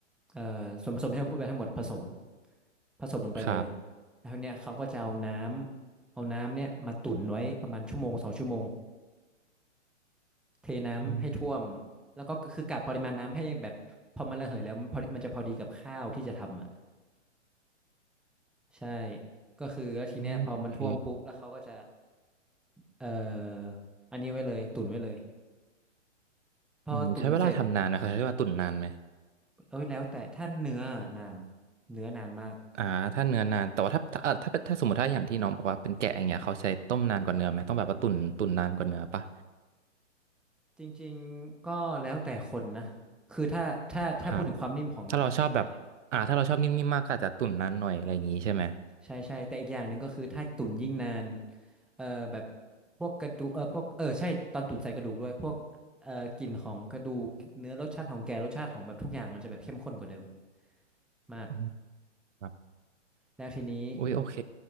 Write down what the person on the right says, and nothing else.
ครับ
อืม
อืมโอเค
อืมใช้เวลาทำนานไหมครับใช้เวลาตุ๋นนานไหม
อ่าถ้าเนื้อนานแต่ว่าถ้าถ้าเอ่อถ้าเป็นถ้าสมมติถ้าอย่างที่น้องบอกว่าเป็นแกะอย่างเงี้ยเขาใช้ต้มนานกว่าเนื้อไหมต้องแบบว่าตุ๋นตุ๋นนานกว่าเนื้อป่ะ
ครับถ้าเราชอบแบบอ่าถ้าเราชอบนิ่มๆมากก็อาจจะตุ๋นนานหน่อยอะไรอย่างงี้ใช่ไหม
อืมครับ
อุ้ยโอเค